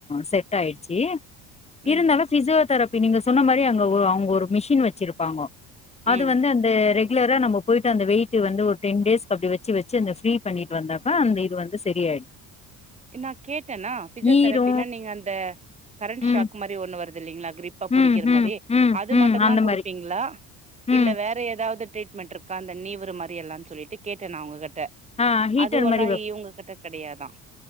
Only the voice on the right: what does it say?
ம்
ம்
நா கேட்டேனா பிசியோதரபினா
நீங்க அந்த கரண்ட்
ஷாக் மாரி ஒன்னு வருது இல்லைங்ளா அக் புடிக்கிற
மாரி
அது
மட்டுந்தா
குடுப்பீங்ளா
இல்ல வேற ஏதாவது ட்ரீட்மெண்ட் இரு அக்கா அந்த நீவுற மாரி எல்லான் சொல்லிட்டு கேட்டே நா அவுங்க கிட்ட
அதுவல்லா
இவுங்ககிட்ட கெடையாதா